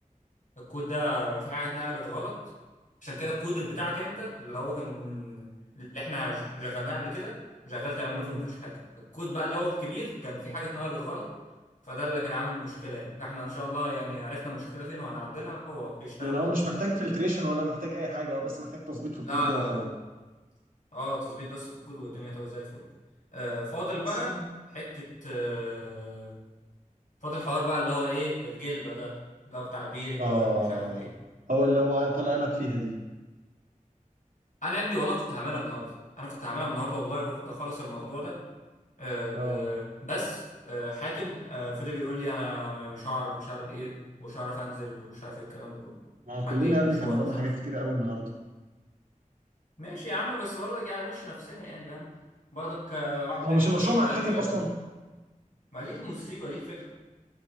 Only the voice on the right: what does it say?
مم.
يعني
هو مش محتاج فلتريشن ولا محتاج اي حاجة هو بس محتاج تظبيط في
الكود كده
وخلاص
بس
اه
هو اللي هو طلع لك فيها دي
اه
ما هو
كلنا يا ابني
كان ورانا
حاجات كتيرة
قوي النهارده
هو
مش
المشروع
مع
الحاتم
اصلا